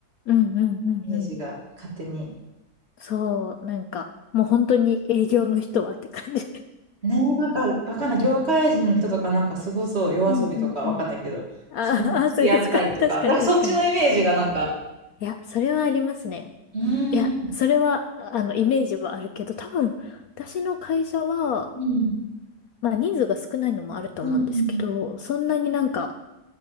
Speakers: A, on the left (about 65°); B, on the right (about 40°).
A: うん、うん、うん、
B: イメージが勝手に。
A: うん。そう、なんか、もう本当に営業の人はって感じ。
B: ねえ、なんかわかんない、業界人の人とかなんかすごそう、夜遊びとかわかんないけど、
A: うん、うん、うん。あーあー、
B: そういうのに付き合ったりとか、
A: そういうことか。確かに、
B: なんかそっちのイメージがなんか、
A: 確かに。いや、それはありますね。
B: うーん、
A: いや、それは、あの、イメージはあるけど、多分、私の会社は、
B: うん、
A: まあ、人数が少ないのもあると思うんですけど、
B: うんうん。
A: そんなになんか、